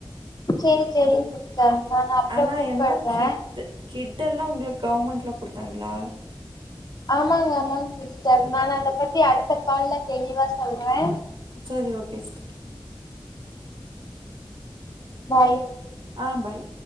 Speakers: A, on the left; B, on the right.
A: செரி செரிங்க சிஸ்டர் நானு அப்றோ
B: ஆனா
A: கூப்பட்றே
B: என்னமோ கிட்ட கிட் இதெல்லா உங்களுக் கவர்மெண்ட்ல கொடுத்தாங்களா
A: ஆமாங்க ஆமாங்க சிஸ்டர் நா அத பத்தி அடுத்த கால்ல தெளிவா சொல்றே
B: சரி ஓகே சிஸ்டர்
A: பாய்
B: ஆஹ் பாய்